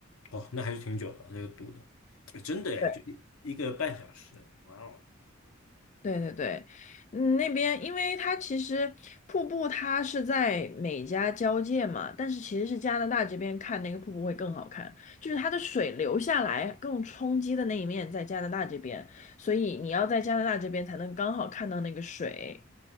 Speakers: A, on the left; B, on the left.
A: 哦，那还是挺久的，那个堵的，哎真的哎，
B: 对
A: 就一一个半小时，哇哦！
B: 对对对，嗯，那边因为它其实瀑布它是在美加交界嘛，但是其实是加拿大这边看那个瀑布会更好看，就是它的水流下来更冲击的那一面在加拿大这边，所以你要在加拿大这边才能刚好看到那个水。